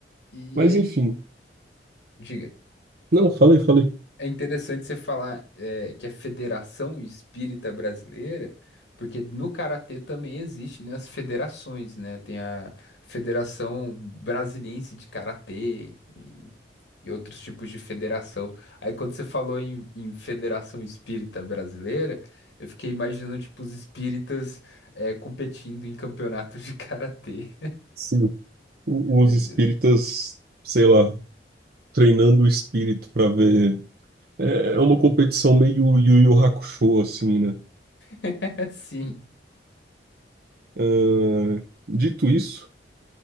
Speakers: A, on the left; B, on the right.
A: E
B: Mas
A: é,
B: enfim.
A: in- diga.
B: Não, falei, falei.
A: É interessante você falar eh, que é Federação Espírita Brasileira, porque no karatê também existe, né, as federações, né? Tem a Federação Brasiliense de Karatê e, e outros tipos de federação. Aí quando você falou em, em Federação Espírita Brasileira, eu fiquei imaginando tipo os espíritas eh, competindo em campeonatos de karatê.
B: Sim. O-
A: <laughs> Meu
B: Os espíritas,
A: Deus.
B: sei lá, treinando o espírito para ver. É é uma competição meio Yu Yu Hakusho, assim, né?
A: <laughs> Sim.
B: Ah, dito isso,